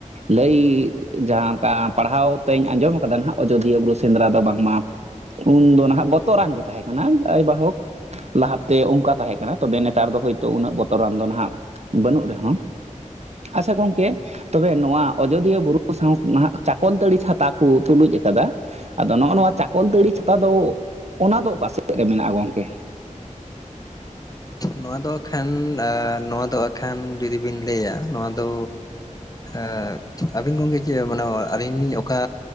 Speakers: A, on the right (about 55°); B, on the left (about 30°).
A: ᱞᱟᱹᱭ ᱡᱟᱦᱟᱸ ᱚᱱᱠᱟ ᱯᱟᱲᱦᱟᱣ ᱛᱮᱧ ᱟᱸᱡᱚᱢ ᱠᱟᱫᱟ ᱦᱟᱸᱜ ᱟᱡᱳᱫᱤᱭᱟᱹ ᱵᱩᱨᱩ ᱥᱮᱸᱫᱽᱨᱟ ᱫᱚ ᱵᱟᱝᱢᱟ ᱩᱱᱫᱚ ᱱᱟᱦᱟᱜ ᱵᱚᱛᱚᱨᱟᱱ ᱜᱮ ᱛᱟᱦᱮᱸ ᱠᱟᱱᱟ ᱡᱟᱭᱦᱳᱠ ᱞᱟᱦᱟᱛᱮ ᱚᱱᱠᱟ ᱛᱟᱦᱮᱸ ᱠᱟᱱᱟ᱾ ᱛᱚᱵᱮ ᱱᱮᱛᱟᱨ ᱫᱚ ᱦᱳᱭᱛᱳ ᱩᱱᱟᱹᱜ ᱵᱚᱛᱚᱨᱟᱱ ᱫᱚ ᱱᱟᱦᱟᱜ᱾ ᱵᱟᱹᱱᱩᱜ ᱨᱮᱦᱚᱸ ᱟᱪᱪᱷᱟ ᱜᱚᱝᱠᱮ ᱛᱚᱵᱮ ᱱᱚᱣᱟ ᱟᱡᱚᱫᱤᱭᱟᱹ ᱵᱩᱨᱩ ᱥᱟᱶ ᱱᱟᱦᱟᱜ ᱪᱟᱠᱚᱞᱛᱟᱹᱲᱤ ᱪᱷᱟᱛᱟ ᱠᱚ ᱛᱩᱞᱩᱡ ᱟᱠᱟᱫᱟ ᱟᱫᱚ ᱱᱚᱜᱼᱚ ᱱᱚᱣᱟ ᱪᱟᱠᱚᱞᱛᱟᱹᱲᱤ ᱪᱷᱟᱛᱟ ᱫᱚ ᱚᱱᱟ ᱫᱚ ᱚᱠᱟ ᱥᱮᱫ ᱨᱮ ᱢᱮᱱᱟᱜᱼᱟ ᱜᱚᱝᱠᱮ
B: ᱱᱚᱣᱟ ᱫᱚ ᱟᱜᱠᱷᱟᱱ ᱱᱚᱣᱟ ᱫᱚ ᱟᱜᱠᱷᱟᱱ ᱡᱩᱫᱤ ᱵᱤᱱ ᱞᱟᱹᱭᱟ ᱱᱚᱣᱟ ᱫᱚ ᱮᱸᱜ ᱟᱹᱵᱤᱱ ᱜᱚᱝᱠᱮ ᱪᱮᱫ ᱢᱟᱱᱮ ᱟᱹᱞᱤᱧ ᱞᱤᱧ ᱚᱠᱟ